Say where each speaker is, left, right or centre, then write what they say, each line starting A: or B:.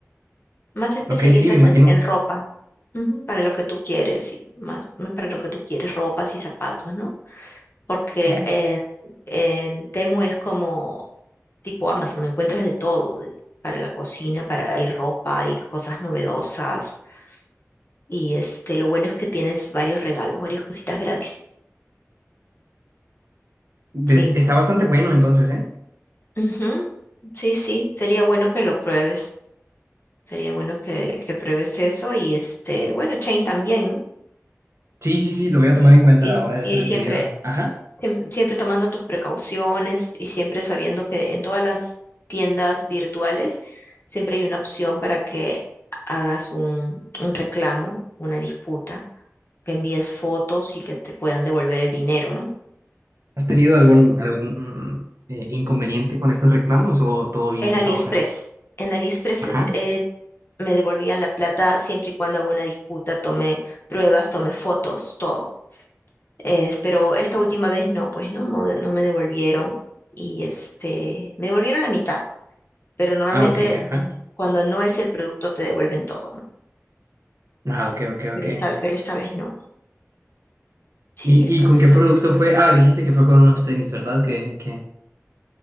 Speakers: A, on the left (about 45°); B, on the right (about 65°).
A: Más especialistas
B: Ok, sí, me imagino.
A: en, en ropa, Ujú, para lo que tú quieres, y más, más para lo que tú quieres, ropas y zapatos, ¿no? Porque
B: Sí.
A: en, en Temu es como tipo Amazon, encuentras de todo, de- para la cocina, para, hay ropa, hay cosas novedosas y este, lo bueno es que tienes varios regalos, varias cositas gratis.
B: Des-
A: Sí.
B: está bastante bueno entonces, ¿eh?
A: Ujú. Sí, sí, sería bueno que lo pruebes. Sería bueno que, que pruebes eso y este, bueno, Chain también, ¿no?
B: Sí, sí, sí, lo voy a tomar
A: Y,
B: en cuenta
A: y-
B: a la hora de
A: y
B: hacer el
A: siempre,
B: pedido. Ajá.
A: siem- siempre tomando tus precauciones y siempre sabiendo que en todas las tiendas virtuales siempre hay una opción para que hagas un, un reclamo, una disputa, que envíes fotos y que te puedan devolver el dinero, ¿no?
B: ¿Has tenido algún, algún eh, inconveniente con estos reclamos o todo bien
A: En
B: hasta
A: AliExpress.
B: ahora?
A: En AliExpress
B: Ajá.
A: eh, eh, me devolvían la plata siempre y cuando hago una disputa, tomé pruebas, tomé fotos, todo. Es- pero esta última vez no, pues no, no, de- no me devolvieron y este, me devolvieron la mitad, pero normalmente
B: Ah, ok, ajá.
A: cuando no es el producto te devuelven todo, ¿no?
B: Ah, ok, ok,
A: Pero
B: ok.
A: esta, pero esta vez no. Sí,
B: ¿Y,
A: esta,
B: y con
A: esta
B: qué producto
A: vez.
B: fue? Ah, dijiste que fue con unos tenis, ¿verdad? Que, que...